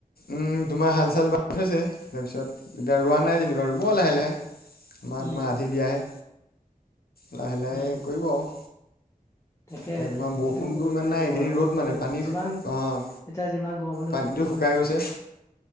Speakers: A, on the left; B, on the left.
A: উম, তোমাৰ হাল চাল বাই থৈছে তাৰপিছত এতিয়া ৰোৱা নাই যেনিবা ৰুৱ লাহে লাহে। আমাৰ
B: উম,
A: তোমাৰ আধি দিয়াহে। লাহে লাহে
B: উম,
A: কৰিব আৰু।
B: তাকে
A: এতিয়া তোমাৰ
B: খেতিটো
A: বৰষুণটো
B: কৰিবই
A: ইমান
B: লাগিব
A: নাই এইকেইদিন
B: আৰু
A: ৰ'দ
B: সেই
A: মানে পানী
B: যিমান। এতিয়া
A: অ'
B: যিমান গৰম হ'লেতো
A: পানীটো
B: ক'ব
A: শুকাই
B: নোৱাৰি।
A: গৈছে